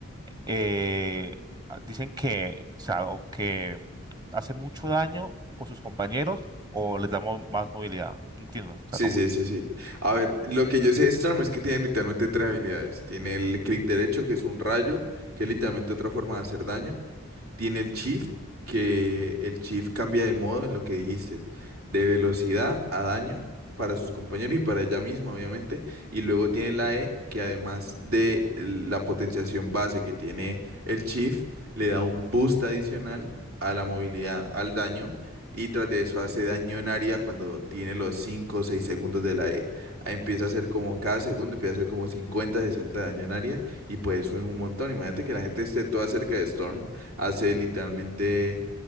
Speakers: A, on the right; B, on the right.
A: eh, ah, dicen que, o sea, o que hace mucho daño con sus compañeros o les damos más movilidad. No Entiendo, o sea,
B: Sí,
A: como,
B: sí, sí, sí. A ver, lo que yo sé de Storm es que tiene literalmente tres habilidades. Tiene el clic derecho, que es un rayo, que es literalmente otra forma de hacer daño. Tiene el shift, que el shift cambia de modo en lo que dijiste, de velocidad a daño para sus compañeros y para ella misma, obviamente. Y luego tiene la E, que además de el- la potenciación base que tiene el shift, le da un boost adicional a la movilidad, al daño. Y tras de eso hace daño en área cuando tiene los 5 o 6 segundos de la E. Ahí empieza a hacer como cada segundo, empieza a hacer como 50 60 daño en área. Y pues eso es un montón. Imagínate que la gente esté toda cerca de Storm Hace literalmente